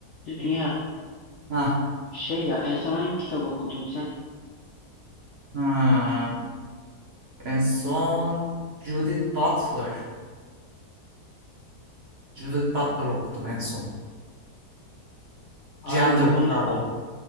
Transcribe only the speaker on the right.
Ha,
ha. En son Judith Butler. Judith Butler okudum en son.
Gender
Trouble.